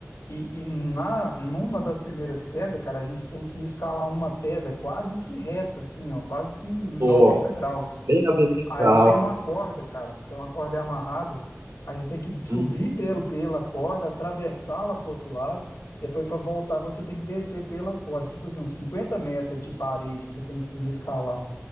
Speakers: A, on the left (about 85°); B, on the right (about 70°).
A: E, e na, numa das primeiras quedas, cara, a gente tem que escalar uma pedra quase que reta, assim, ó, quase que noventa
B: pô,
A: graus.
B: bem na vertical.
A: Aí tem uma corda, cara, tem uma corda amarrada. Aí você tem que subir
B: Uhum.
A: pelo, pela corda, atravessá-la pro outro lado. Depois, para voltar, você tem que descer pela corda. Tipo assim, uns 50 metros de parede que você tem que escalar.